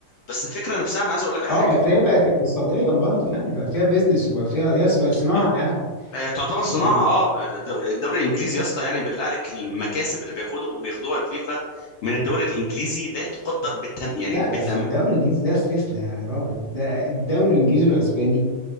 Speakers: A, on the left; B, on the left.
A: بس الفكره نفسها انا عايز اقول لك على
B: اه
A: حاجه
B: بس هي بقت اقتصاديا برضو يعني بقى فيها بيزنس وبقى فيها هي بقت صناعه
A: يا ب-
B: يعني
A: هي تعتبر صناعه
B: يعني
A: اه الدوري الدوري الانجليزي يا اسطى يعني بالله عليك المكاسب اللي بياخدوه بياخدوها الفيفا من الدوري الانجليزي لا تقدر بالثمن يعني
B: لا بس
A: بالثمن
B: الدوري الانجليزي ده استثناء يا راجل ده الدوري الانجليزي والاسباني